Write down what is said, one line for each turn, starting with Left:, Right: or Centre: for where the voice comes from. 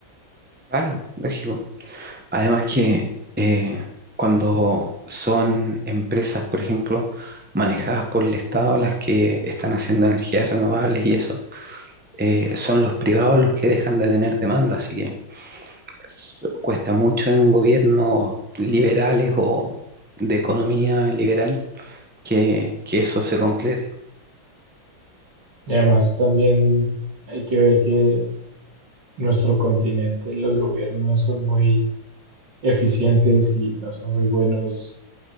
Centre: Claro, lógico. Además que eh, cuando son empresas, por ejemplo, manejadas por el Estado, las que están haciendo energías renovables y eso, eh, son los privados los que dejan de tener demanda, así que s- cuesta mucho en gobiernos liberales o de economía liberal que, que eso se concrete.
Right: Y además también hay que ver que nuestro continente los gobiernos no son muy eficientes y no son muy buenos